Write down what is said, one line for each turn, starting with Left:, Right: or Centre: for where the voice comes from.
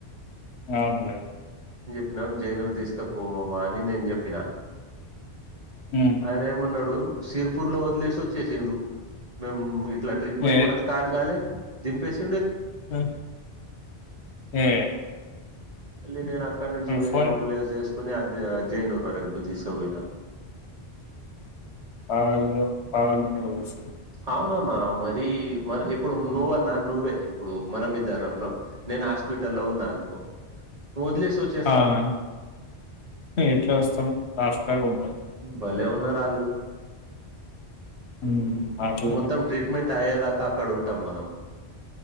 Left: అవునులే
Right: మనం జైనూరు తీసుకపోవమా అని నేను చెప్పిన
Left: హ్మ్.
Right: ఆయన ఏమన్నాడు సిరిపూర్ లో వదిలేసి వచ్చేసిండు మేము ఇట్లా ట్రీట్మెంట్
Left: ఏ
Right: కూడా స్టార్ట్ కాలే దింపేసి
Left: ఆ ఏ
Right: మళ్ళీ నేను అక్కడ నుంచి వేరే
Left: ఫోన్
Right: అంబులెన్స్ చేసుకొని అది జైనూరు వరకు దీసక పోయినా
Left: ఆమె <unintelligible> ఆమె <unintelligible>
Right: అవునన్నా మరి మన ఇప్పుడు నువ్వన్నా నువ్వే ఇప్పుడు మనం ఇద్దరంలో నేను హాస్ ప్పిటల్లో ఉన్న అనుకో వదిలేసి వచ్చేస్తావ
Left: ఆ! ఎట్లా వస్తాం లాస్ట్ దాకా ఉంటాం
Right: భలే ఉన్నారు ఆళ్ళు
Left: హ్మ్ అట్లనే
Right: మొత్తం ట్రీట్మెంట్ అయ్యేదాకా అక్కడ ఉంటాం మనం